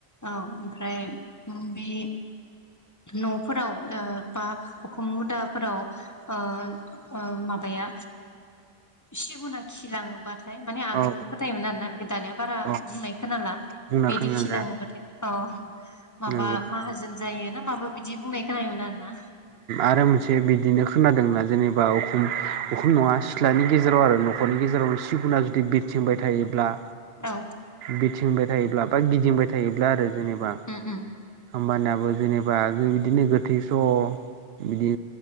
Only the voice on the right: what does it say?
औ
औ
बुंना
खोनाला
नंगौ
आरो मोनसे बिदिनो खोनादोंना जेनेबा उखुम उखुम नङा सिथ्लानि गेजेराव आरो न'खरनि गेजेरावनो सिगुना जुदि थिंबाय थायोब्ला
बिरथिंबाय थायोब्ला बा गिदिंबाय थायोब्ला आरो जेनेबा
हामबानियाबो जेनेबा बिदिनो गोथैस' बिदि